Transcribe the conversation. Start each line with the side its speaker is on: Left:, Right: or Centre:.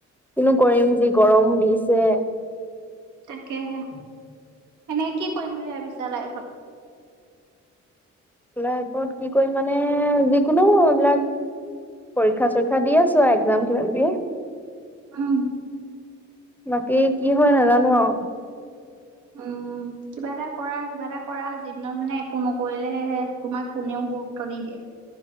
Centre: কিনো কৰিম যি গৰম দিছে।
Right: তাকেহে, এনেই কি কৰিম বুলি ভাবিছা লাইফত?
Centre: লাইফত কি কৰিম মানে, যিকোনো এইবিলাক পৰীক্ষা চৰীক্ষা দি আছো একজাম কিবা কিবি
Right: উম,
Centre: বাকী কি হয় নাজানো আও
Right: উম, কিবা এটা কৰা, কিবা এটা কৰা, যিদিনত মানে একো নকৰিলে হে হে। তোমাক কোনেও গুৰুত্ব নিদিয়ে।